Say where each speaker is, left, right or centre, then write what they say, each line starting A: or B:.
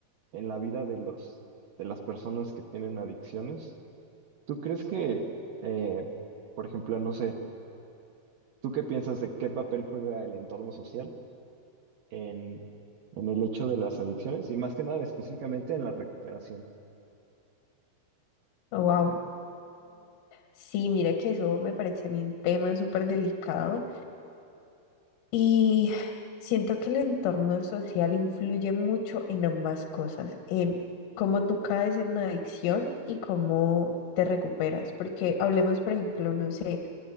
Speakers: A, on the right; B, on the left.
A: en la vida de los, de las personas que tienen adicciones. ¿Tú crees que, eh, por ejemplo, no sé, tú qué piensas de qué papel juega el entorno social en, en el hecho de las adicciones y más que nada específicamente en la recuperación?
B: wow. sí, mire que eso me parece a mí un tema súper delicado y siento que el entorno social influye mucho en ambas cosas, en cómo tú caes en una adicción y cómo te recuperas. Porque hablemos, por ejemplo, no sé,